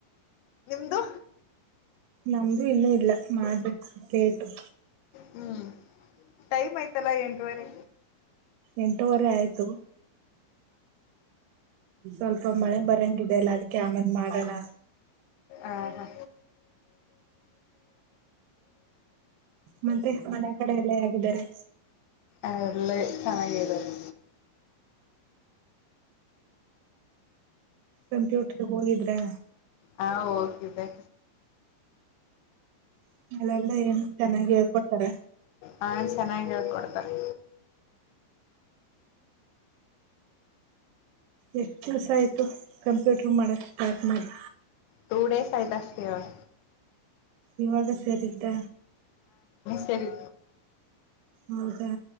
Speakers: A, on the left; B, on the right.
A: ನಿಮ್ದು.
B: ನಮ್ದು ಇನ್ನು ಇಲ್ಲ ಮಾಡ್ಬೇಕು ಲೇಟು.
A: ಹ್ಮ್ ಟೈಮ್ ಆಯ್ತಲ್ಲ ಎಂಟುವರೆ.
B: ಎಂಟೂವರೆ ಆಯ್ತು. ಸ್ವಲ್ಪ ಮಳೆ ಬರಂಗಿದೆ ಅಲ್ಲ ಅದಕ್ಕೆ ಆಮೇಲ್ ಮಾಡೋಣ.
A: ಆ ಹಾ.
B: ಮತ್ತೆ ಮನೆ ಕಡೆ ಎಲ್ಲ ಹೇಗಿದ್ದಾರೆ
A: ಅಲ್ಲೇ ಚೆನ್ನಾಗಿರೋದು.
B: ಕಂಪ್ಯೂಟರ್ಗ್ ಹೋಗಿದ್ರಾ.
A: ಹಾ ಹೋಗಿದ್ದೆ.
B: <inaudible> ಎಲ್ಲ ಏನು ಚೆನ್ನಾಗಿ ಹೇಳ್ಕೋಡ್ತಾರೆ.
A: ಹಾ ಚೆನ್ನಾಗಿ ಹೇಳ್ಕೊಡ್ತಾರೆ
B: ಎಷ್ಟ್ ದಿವ್ಸ ಆಯ್ತು ಕಂಪ್ಯೂಟರ್ ಮಾಡಕ್ ಸ್ಟಾರ್ಟ್ ಮಾಡಿ.
A: ಟು ಡೇಸ್ ಆಯ್ತ್ ಅಷ್ಟೆ ಇವಾಗ.
B: ಇವಾಗ ಸೇರಿದ್ದ.
A: ಸರಿ.
B: ಹೌದಾ.